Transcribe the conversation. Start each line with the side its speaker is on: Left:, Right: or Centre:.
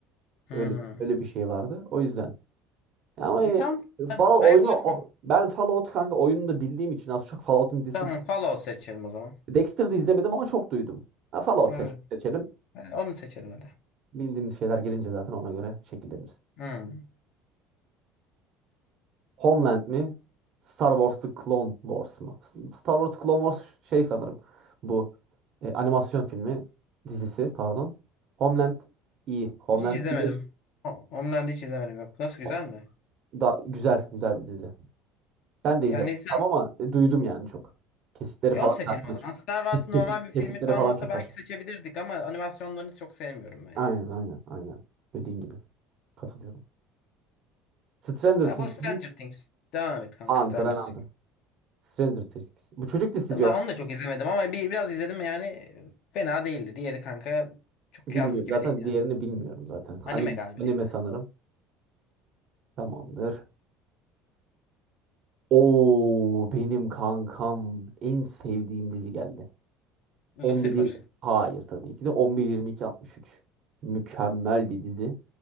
Left: Hmm.
Right: Öyle öyle bir şey vardı. O yüzden. Ya Ama
Left: E
Right: e,
Left: tamam ben
Right: Fallout
Left: ayak
Right: oyunu
Left: uydurdum.
Right: o- ben Fallout kanka oyununu da bildiğim için az çok Fallout'un dizisi
Left: Tamam Fallout seçelim o zaman.
Right: Dexter'da izlemedim ama çok duydum. Ha, Fallout
Left: Evet.
Right: seç, seçelim.
Left: E, Onu seçelim hadi.
Right: Bildiğimiz şeyler gelince zaten ona göre şekilleniriz.
Left: Hmm.
Right: Homeland mi? Star Wars The Clone Wars mu? Star Wars The Clone Wars şey sanırım. Bu e, animasyon filmi dizisi pardon. Homeland iyi. Homeland
Left: Hiç izlemedim.
Right: biliyorsun.
Left: O- Homeland'i hiç izlemedim yok. Nasıl güzel
Right: O-
Left: mi?
Right: Da güzel güzel bir dizi. Ben
Left: Yani
Right: de izledim
Left: sen
Right: ama e, duydum yani çok. Kesitleri
Left: e
Right: falan
Left: onu seçelim
Right: karşıma
Left: o
Right: çık-
Left: zaman. Star Wars
Right: kes-
Left: normal
Right: Kesit,
Left: bir filmi
Right: kesitleri
Left: falan
Right: falan
Left: olsa
Right: çok
Left: belki
Right: karşıma.
Left: seçebilirdik ama animasyonlarını çok sevmiyorum ben
Right: Aynen
Left: ya.
Right: aynen aynen. Dediğin gibi. Katılıyorum. Stranger
Left: Ya
Right: Things
Left: bu Stranger
Right: mi?
Left: Things. Devam et kanka
Right: Hunter
Left: Stranger
Right: and Hunter.
Left: Things.
Right: Stranger Things. Bu çocuk dizisi
Left: Tabii
Right: diyorlar.
Left: Ben onu da çok izlemedim ama bir, biraz izledim yani e, fena değildi. Diğeri kanka çok
Right: Bilmiyorum.
Left: kıyas gibi
Right: Zaten
Left: değil.
Right: diğerini bilmiyorum zaten.
Left: Anime
Right: Anime,
Left: galiba
Right: anime
Left: değil.
Right: sanırım. Tamamdır. Oo benim kankam en sevdiğim dizi geldi.
Left: Lucifer.
Right: 11 Hayır tabii ki de 11-22-63. Mükemmel bir dizi.